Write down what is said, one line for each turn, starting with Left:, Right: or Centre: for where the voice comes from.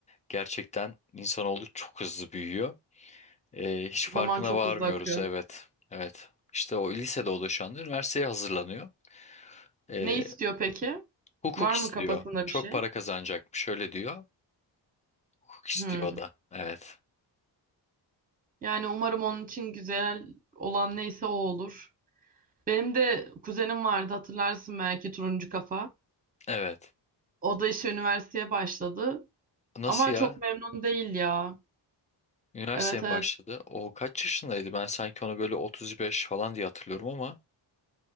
Left: gerçekten insanoğlu çok hızlı büyüyor. Ee, hiç farkına
Right: Zaman çok
Left: varmıyoruz.
Right: hızlı akıyor.
Left: Evet. Evet. İşte o lisede o da şu anda üniversiteye hazırlanıyor. Ee,
Right: Ne istiyor peki?
Left: hukuk
Right: Var
Left: istiyor.
Right: mı kafasında
Left: Çok
Right: bir şey?
Left: para kazanacakmış. Şöyle diyor. Hukuk istiyor
Right: Hmm.
Left: o da. Evet.
Right: Yani umarım onun için güzel olan neyse o olur. Benim de kuzenim vardı hatırlarsın belki turuncu kafa.
Left: Evet.
Right: O da işte üniversiteye başladı.
Left: Nasıl
Right: Ama
Left: ya?
Right: çok memnun değil ya.
Left: Üniversiteye
Right: Evet
Left: mi
Right: evet
Left: başladı? O kaç yaşındaydı? Ben sanki onu böyle 35 falan diye hatırlıyorum ama